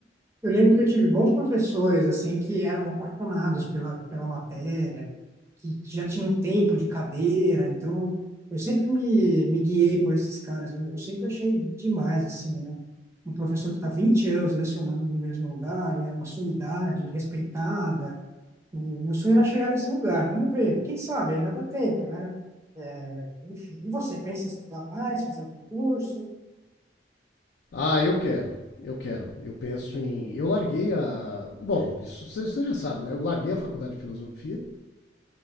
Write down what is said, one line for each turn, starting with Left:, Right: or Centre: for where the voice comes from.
Right: Eu lembro que eu tive bons professores, assim, que eram apaixonados pela, pela matéria, que já tinham um tempo de cadeira, então eu sempre me, me guiei por esses caras, eu, eu sempre achei demais, assim, né? Um professor que está 20 anos lecionando no mesmo lugar, e é uma sumidade respeitada, e o meu sonho era chegar nesse lugar, vamos ver, quem sabe, ainda dá tempo, né? É, enfim, e você pensa em estudar mais, fazer algum curso?
Left: Ah, eu quero, eu quero. Eu penso em. Eu larguei a. Bom, isso você já sabe, né? Eu larguei a faculdade de filosofia,